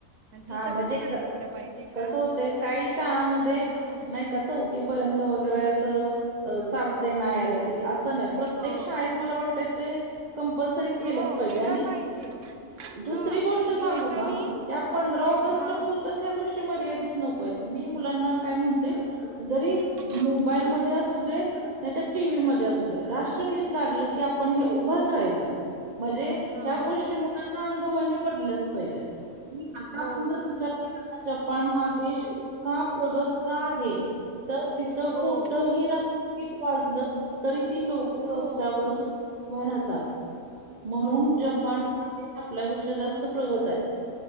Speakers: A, on the right; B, on the right.
A: आणि तिथं
B: हा म्हणजे
A: पण सांगितलं
B: क
A: पाहिजे
B: कसं
A: का
B: होतंय काही शाळामध्ये
A: हं,
B: नाही का चौथीपर्यंत वगैरे असं चालतंय नाही आलं तरी असं. प्रत्येक
A: हो
B: शाळेत मला वाटतं ते कंपरसली केलच
A: हो
B: पाहिजे
A: केलं
B: आणि
A: पाहिजे
B: दुसरी
A: हां
B: गोष्ट
A: आणि
B: सांगू
A: याच्याने
B: का? ह्या पंधरा ऑगस्ट
A: हां
B: पुरतच ह्या गोष्टी मर्यादित नकोयत मी मुलांना काय? म्हणते जरी
A: हां
B: मोबाईलमध्ये असू देेत नाहीतर टीव्ही म
A: हां
B: असू दे राष्ट्रगीत लागल
A: हां
B: की आपण हे उभाच राहायचाय. म्हनजे ह्या
A: हां हां
B: गोष्टीमुळे मुलांना अंगवळणी पडलच पाहिजे. आता
A: हो
B: आपण जर विचार केलाना जपान हा देश इतका प्रगत का आहे. तर तिथं
A: हो
B: कुठही
A: हो
B: राष्ट्र गीत वाजलं तरी ती लोक
A: हो
B: रस्त्यावर सु उभा राहतात. म्हणून
A: हो हो
B: जपान हा देश आपल्यापेक्षा जास्त प्रगत आहे.